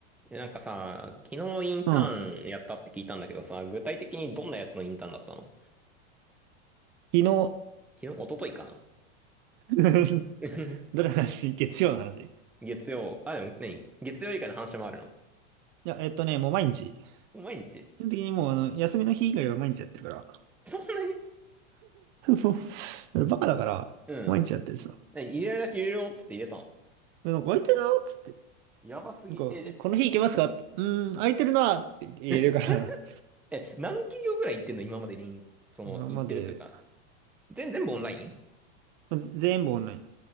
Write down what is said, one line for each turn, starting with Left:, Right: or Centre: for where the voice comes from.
Centre: えなんかさ、昨日インターンやったって聞いたんだけどさ、
Right: うん。昨
Centre: 具体的にどんなやつのインターンだったの
Right: 日
Centre: 昨日、一昨日かな
Right: <laughs> ど
Centre: <laughs>
Right: れの話月曜の話い
Centre: 月曜。あ、でも何月曜以外の話もあるの
Right: や、えっとね、もう毎日。
Centre: 毎日
Right: 基本的にもう、あの、休みの日以外は毎日やってるから。<laughs>
Centre: そんなに
Right: もう、俺バカだから、
Centre: うん。
Right: 毎日やってるさ。
Centre: 何入れるだけ入れろっつって入れたの
Right: でなんか空いてるなっつって。
Centre: やばすぎ。
Right: なんか、
Centre: え、じゃ、
Right: この日行けますかって。うーん、空いてるなって言えるから。
Centre: <laughs> え、何企業ぐらい行ってんの今までに、
Right: <laughs>
Centre: その、
Right: 今まで、
Centre: 行ってるというか。全、全部オンライン
Right: まず全部オンライン。